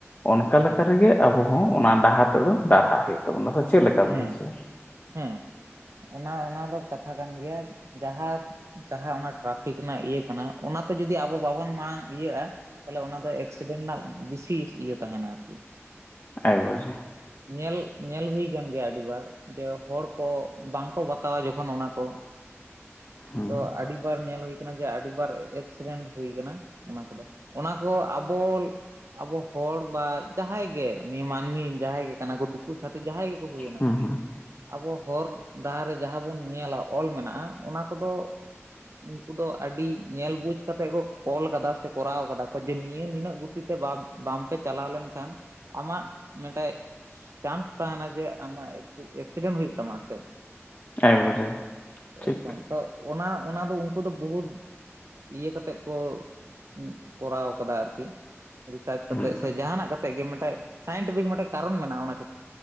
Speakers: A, on the left; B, on the right.
A: ᱚᱱᱠᱟ
B: ᱦᱮᱸ
A: ᱞᱮᱠᱟ ᱨᱮᱜᱮ ᱟᱵᱚ ᱦᱚᱸ ᱚᱱᱟ ᱰᱟᱦᱟᱨ ᱛᱮᱫᱚ ᱰᱟᱨᱦᱟ ᱦᱩᱭᱩᱜ ᱛᱟᱵᱚᱱᱟ ᱥᱮ ᱪᱮᱫ ᱞᱮᱠᱟᱢ
B: ᱦᱮᱸ᱾
A: ᱞᱟᱹᱭ ᱦᱚᱪᱚᱭᱟ ᱦᱩᱸ
B: ᱦᱮᱸ ᱚᱱᱟ ᱚᱱᱟ ᱫᱚ ᱠᱟᱛᱷᱟ ᱠᱟᱱ ᱜᱮᱭᱟ, ᱡᱟᱦᱟᱸ ᱡᱟᱦᱟᱸ ᱚᱱᱟ ᱴᱨᱟᱯᱷᱤᱠ ᱨᱮᱱᱟᱜ ᱤᱭᱟᱹ ᱠᱟᱱᱟ ᱚᱱᱟᱛᱮ ᱡᱩᱫᱤ ᱟᱵᱚ ᱵᱟᱵᱚᱱ ᱢᱟᱲᱟᱝ ᱤᱭᱟᱹᱜᱼᱟ, ᱛᱟᱦᱚᱞᱮ ᱚᱱᱟ ᱫᱚ ᱮᱠᱥᱤᱰᱮᱱᱴ ᱨᱮᱱᱟᱜ ᱵᱤᱥᱤ ᱤᱭᱟᱹ ᱛᱟᱦᱮᱸᱱᱟ ᱟᱨᱠᱤ᱾
A: ᱮᱠᱵᱟᱨᱮ
B: ᱧᱮᱞ ᱧᱮᱞ ᱦᱩᱭ ᱠᱟᱱ ᱜᱮᱭᱟ ᱟᱹᱰᱤ ᱵᱟᱨ ᱡᱮ ᱦᱚᱲ ᱠᱚ ᱵᱟᱝ ᱠᱚ ᱵᱟᱛᱟᱣᱟ ᱡᱚᱠᱷᱚᱱ ᱚᱱᱟ ᱠᱚ
A: ᱦᱮᱸ᱾
B: ᱫᱚ ᱟᱹᱰᱤ ᱵᱟᱨ ᱧᱮᱞ ᱦᱩᱭ ᱠᱟᱱᱟ ᱡᱮ ᱟᱹᱰᱤ ᱵᱟᱨ ᱮᱠᱥᱤᱰᱮᱱᱴ ᱦᱩᱭ ᱠᱟᱱᱟ, ᱚᱱᱟ ᱠᱚᱫᱚ ᱚᱱᱟ ᱠᱚ ᱟᱵᱚ ᱟᱵᱚ ᱦᱚᱲ ᱵᱟ ᱡᱟᱦᱟᱸᱭ ᱜᱮ ᱩᱱᱤ ᱢᱟᱹᱱᱢᱤ ᱡᱟᱦᱟᱸᱭ ᱜᱮ ᱠᱟᱱᱟ ᱠᱚ ᱫᱤᱠᱩ ᱪᱷᱟᱛᱤᱠ ᱡᱟᱦᱟᱸᱭ ᱜᱮᱠᱚ ᱦᱩᱭᱮᱱᱟ,
A: ᱦᱩᱸ ᱦᱩᱸ
B: ᱟᱵᱚ ᱦᱚᱨ ᱰᱟᱦᱟᱨ ᱨᱮ ᱡᱟᱦᱟᱸ ᱵᱚᱱ ᱧᱮᱞᱟ ᱚᱞ ᱢᱮᱱᱟᱜᱼᱟ, ᱚᱱᱟ ᱠᱚᱫᱚ ᱩᱝᱠᱩ ᱫᱚ ᱟᱹᱰᱤ ᱧᱮᱞ ᱵᱩᱡᱽ ᱠᱟᱛᱮᱜ ᱠᱚ ᱚᱞ ᱠᱟᱫᱟ ᱥᱮ ᱠᱚᱨᱟᱣ ᱠᱟᱫᱟ ᱠᱚ ᱡᱮ ᱱᱤᱭᱟᱹ ᱱᱤᱱᱟᱹᱜ ᱜᱚᱛᱤ ᱛᱮ ᱵᱟ ᱵᱟᱢᱯᱮ ᱪᱟᱞᱟᱣ ᱞᱮᱱᱠᱷᱟᱱ ᱟᱢᱟᱜ ᱢᱤᱫᱴᱮᱡ ᱪᱟᱱᱥ ᱛᱟᱦᱮᱸᱱᱟ ᱡᱮ ᱟᱢᱟᱜ <unintelligible> ᱛᱟᱢᱟ ᱥᱮ
A: ᱮᱠᱵᱟᱨᱮ᱾ ᱴᱷᱤᱠ
B: ᱮᱠᱫᱚᱢ, ᱛᱚ ᱚᱱᱟ ᱚᱱᱟ ᱫᱚ ᱩᱱᱠᱩ ᱫᱚ ᱵᱚᱦᱩᱫ ᱤᱭᱟᱹ ᱠᱟᱛᱮᱫ ᱠᱚ ᱩᱸᱜ ᱠᱚᱨᱟᱣ ᱠᱟᱫᱟ ᱟᱨᱠᱤ᱾ ᱨᱤᱥᱟᱨᱪ ᱠᱟᱛᱮ
A: ᱦᱩᱸ
B: ᱥᱮ ᱡᱟᱦᱟᱸᱱᱟᱜ ᱠᱟᱛᱮ ᱜᱮ ᱢᱤᱫᱴᱮᱱ ᱥᱟᱭᱮᱱᱴᱤᱯᱷᱤᱠ ᱢᱤᱫᱴᱮᱡ ᱠᱟᱨᱚᱱ ᱢᱮᱱᱟᱜᱼᱟ, ᱚᱱᱟ ᱪᱮ